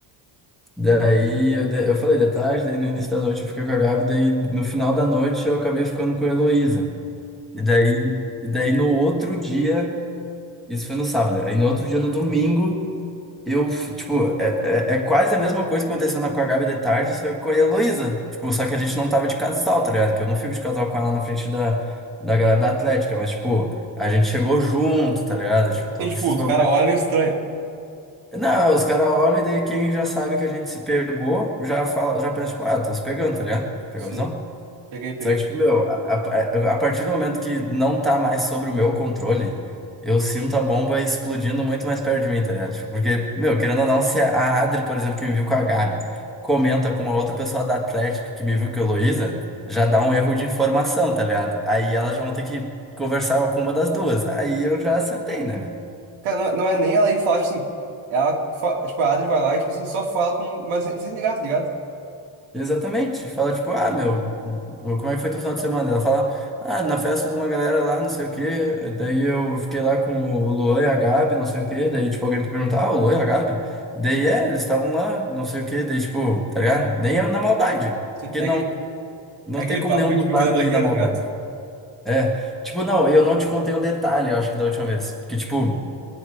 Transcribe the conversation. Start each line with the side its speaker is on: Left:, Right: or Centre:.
Centre: Daí eu, de- eu falei de tarde, daí no início da noite eu fiquei com a Gabi, daí no final da noite eu acabei ficando com a Heloísa. E daí, e daí no outro dia, isso foi no sábado, aí no outro dia, no domingo. Eu, tipo, é, é, é quase a mesma coisa que aconteceu na, com a Gabi de tarde, só que com a Heloísa. Tipo, só que a gente não tava de casal, tá ligado? Que eu não fico de casal com ela na frente da, da galera da Atlética, mas, tipo, a gente chegou junto, tá ligado? Tipo, todos
Right: Tem, tipo,
Centre: esses
Right: os
Centre: bagulhos.
Right: caras olham estranho.
Centre: Não, os caras olham e daí quem já sabe que a gente se pegou, já fala, já pensa, tipo, ah, tô se pegando, tá ligado? Pegou
Right: Sim,
Centre: a visão?
Right: peguei, peguei.
Centre: Só que, tipo, meu, a, a, a partir do momento que não tá mais sobre o meu controle, eu sinto a bomba explodindo muito mais perto de mim, tá ligado? Tipo, porque, meu, querendo ou não, se a Adri, por exemplo, que me viu com a Gabi, comenta com uma outra pessoa da Atlética que me viu com a Heloísa, já dá um erro de informação, tá ligado? Aí elas já vão ter que conversar com uma das duas. Aí eu já sentei, né? velho?
Right: Cara, não, não é nem ela ir falar, tipo assim. Ela, fa- tipo, a Adri vai lá e, tipo assim, só fala como. Mas sem, sem ligar, tá ligado?
Centre: Exatamente. Fala, tipo, ah, meu, como é que foi teu final de semana? Ela fala, ah, na festa de uma galera lá, não sei o quê. Daí eu fiquei lá com o Luan e a Gabi, não sei o quê. Daí, tipo, alguém me perguntar, ah, o Luan e a Gabi? Daí, é, eles estavam lá, não sei o quê. Daí, tipo, tá ligado? Nem é na maldade.
Right: Sim.
Centre: Porque
Right: É
Centre: não,
Right: aquele,
Centre: não
Right: é aquele
Centre: tem como
Right: papo
Centre: nenhum
Right: que
Centre: dos
Right: a gente podia
Centre: lados
Right: da barreira,
Centre: ir na maldade.
Right: tá ligado?
Centre: É, tipo, não, eu não te contei o detalhe, eu acho que da última vez. Que, tipo,